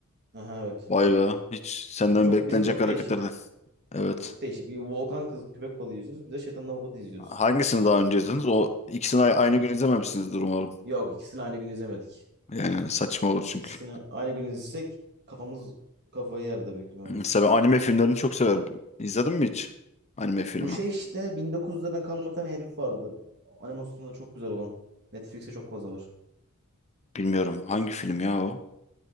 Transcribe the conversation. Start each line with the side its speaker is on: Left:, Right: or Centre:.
Right: Aha evet.
Left: Vay be. Hiç senden
Right: Bizim çok
Left: beklenecek
Right: bizim çok
Left: hareketlerden.
Right: değişik.
Left: Evet.
Right: Çok değişik. Bir volkan kız köpek balığı izliyoruz. Bir de Şeytanın Avukatı izliyoruz.
Left: Hangisini daha önce izlediniz? O ikisini a- aynı gün izlememişsinizdir umarım.
Right: Yok ikisini aynı gün izlemedik.
Left: Yani saçma olur çünkü.
Right: İkisini aynı gün izlesek kafamız kafayı yerde büyük ihtimalle.
Left: Mesela ben anime filmlerini çok severim. İzledin mi hiç? Anime filmi.
Right: Bu şey işte 1900'lerden kalma bir tane herif vardı. Animasyonları çok güzel olan. Netflix'te çok fazla var.
Left: Bilmiyorum. Hangi film ya o?